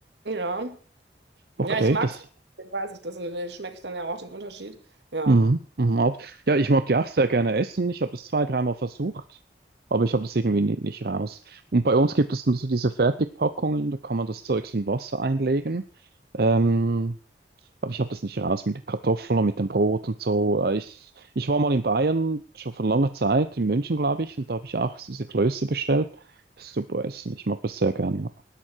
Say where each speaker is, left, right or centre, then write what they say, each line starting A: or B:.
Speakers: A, on the right; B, on the right.
A: Ja.
B: Okay,
A: Ja, ich mag
B: das.
A: es, deswegen weiß ich das, und da schmecke ich dann ja auch den Unterschied. Ja,
B: Mhm. Mhm. ab- Ja, ich mag die auch sehr gerne essen. Ich habe das zwei, dreimal versucht, aber ich habe das irgendwie nicht, nicht raus. Und bei uns gibt es dann so diese Fertigpackungen, da kann man das Zeugs in Wasser einlegen. Ähm, Aber ich habe das nicht raus mit den Kartoffeln und mit dem Brot und so. Äh, Ich, ich war mal in Bayern, schon vor langer Zeit, in München, glaube ich, und da habe ich auch diese Klöße bestellt. Super Essen, ich mag das sehr gerne. Ja.